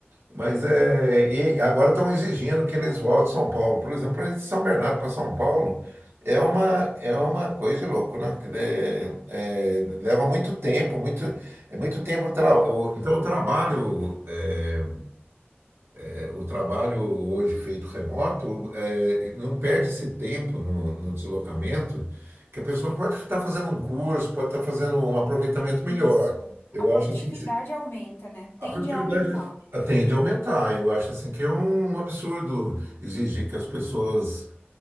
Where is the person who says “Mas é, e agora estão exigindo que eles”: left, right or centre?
Right